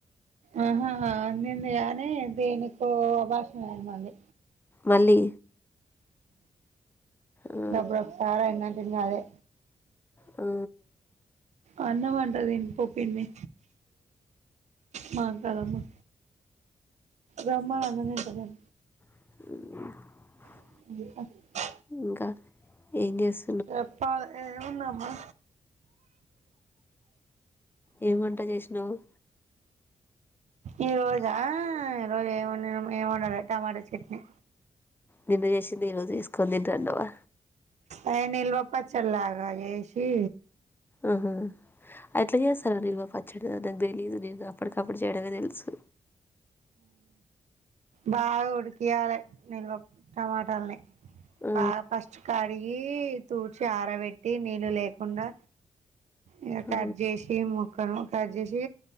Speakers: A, on the right (about 65°); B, on the left (about 15°).
A: ఆహాహా అది నింది యానీ దేనికో అభాషం ఐతంది
B: మళ్ళీ ఆ
A: దెబ్బకు సారైనన్ ఇంగ అదే
B: ఆ
A: అన్నం అంట దిన్ పొ పిన్ని, మా కాదమ్మ రమ్మ అన్నందిట
B: ఉమ్
A: అ
B: ఇంకా ఏం చేస్
A: చెప్పాలె ఏముందమ్మ.
B: ఏం వంట చేసినవ్?
A: ఈ రోజా ఈ రోజు ఏం వండినం, ఏమండలే టమాటా చట్నీ.
B: నిన్న చేసింది ఈరోజు ఏసుకొని తింటన్నవా?
A: అయ నిల్వప్పచ్చల్లాగా జేసి
B: ఆహా ఎట్లా చేస్తారు నిల్వ పచ్ పచ్చడనాక్ తెలీదు, నేను అప్పటికప్పుడు చేయడమే తెలుసు.
A: బాగా ఉడికియాలె నిల్వ టమాటల్ని
B: ఆ
A: బాగా ఫస్ట్ కడిగి, తూడిచి ఆరబెట్టి నీళ్ళు లేకుండా. ఇగ
B: ఆ
A: కట్ చేసి ము క్కను కట్ చేసి